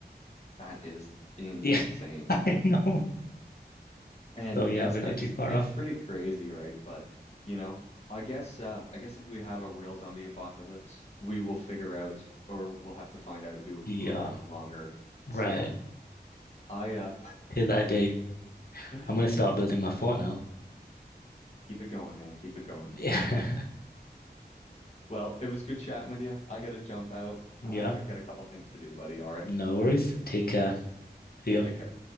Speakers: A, on the left; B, on the left.
A: that is insane.
B: Yeah, I know.
A: And
B: So yeah,
A: it's
B: we're not
A: it's
B: too far
A: it's
B: off.
A: pretty crazy, right? But you know, I guess uh I guess if we have a real zombie apocalypse, we will figure out or we'll have to find out who
B: Yeah,
A: who lasts longer.
B: right.
A: So I uh
B: Till that day,
A: <laughs>
B: I'm gonna start building my fort now. <laughs>
A: keep it going, man. Keep it going.
B: Yeah,
A: Well, it was good chatting with you. I gotta jump out.
B: yeah.
A: Uh got a couple things to do, buddy. All right.
B: No worries. Take care. See ya.
A: Take care.